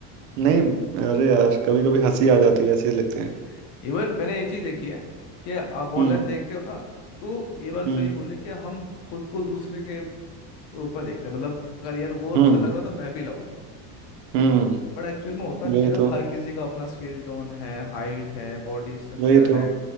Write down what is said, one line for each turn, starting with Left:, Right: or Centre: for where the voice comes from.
Right: नहीं अरे यार कभी कभी हंसी आ जाती है ऐसे लगते
Left: हम्म
Right: हैं
Left: इवन मैंने ये चीज देखी है कि आप ऑनलाइन
Right: हम्म
Left: देखते हो ना तो ये बात
Right: हम्म
Left: सही बोले कि हम खुद को दूसरे के ग्रुप में देखते हैं मतलब अगर यार वो
Right: हम्म
Left: अच्छा लग रहा तो मैं भी लगूंगा
Right: हम्म
Left: बट एक्चुअल में होता नहीं
Right: वही
Left: है यार
Right: तो
Left: हर किसी का अपना स्किल टोन है हाइट है बॉडी स्ट्रक्चर
Right: वही तो
Left: है